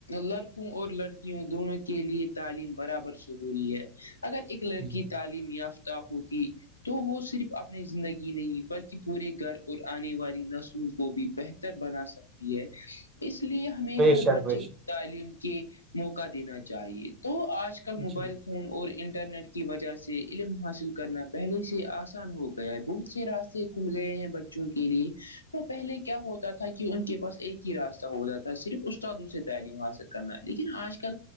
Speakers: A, on the left; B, on the right.
A: لڑکوں اور لڑکیوں دونوں کے لیے تعلیم برابر ضروری ہے اگر ایک لڑکی
B: جی
A: تعلیم یافتہ ہوتی تو وہ صرف اپنی زندگی نہیں بلکہ پورے گھر اور آنے والی نسلوں کو بھی بہت بہتر بنا سکتی ہے اس لیے ہمیں
B: بے
A: ہر
B: شک
A: بچے
B: بے شک
A: کو تعلیم کے موقع دینا چاہیے تو آج کل
B: جی
A: موبائل فون اور انٹرنیٹ کی وجہ سے علم حاصل کرنا پہلے سے آسان ہو گیا ہے بہت سے راستے کھل گئے ہیں بچوں کے لیے تو پہلے کیا ہوتا تھا کہ ان کے پاس ایک ہی راستہ ہو جاتا ہے صرف استادوں سے تعلیم حاصل کرنا لیکن آج کل